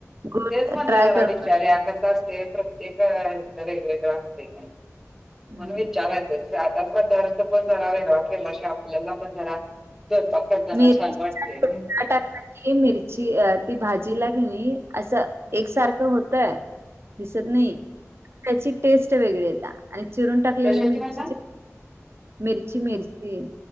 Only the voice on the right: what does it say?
गूळ
ट्राय
करून
हम्म
मिरची
टाकलं की मिरची ती भाजीला कि असं एकसारखं होतय दिसत नाही त्याची टेस्ट वेगळी येत आणि चिरून टाकलेल्या
मिरचीचे
मिर्ची मिर्चीी